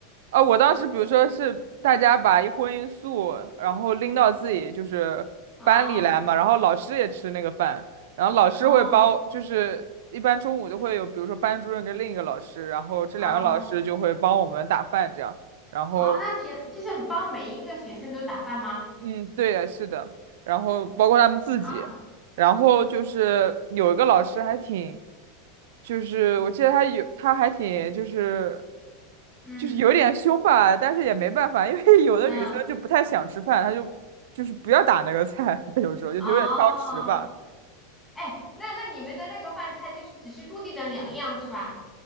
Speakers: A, on the right; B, in the centre.
A: 呃，我当时比如说是大家把一荤一素，然后拎到自己就是班里来嘛，
B: <laughs> 哦
A: 然后老师也吃那个饭，然后老师会包，
B: 哦
A: 就是一般中午都会有，比如说班主任跟另一个老师，然后这两个老师就会帮我们打饭这样，
B: 哦
A: 然后。
B: 哦，那挺就是帮每一个学生都打饭吗？
A: 嗯，对呀，是的，然后包括他们自己，
B: 啊，
A: 然后就是有一个老师还挺，就是我记得他有，他还挺就是
B: 嗯
A: 就是有点凶吧，但是也没办法，因为有的女生就不太想吃饭，
B: 嗯，
A: 她就就是不要打那个菜，<laughs> 有时候就有点挑食吧。
B: 哦，哎，那那你们的那个饭菜就是只是固定的两样是吧？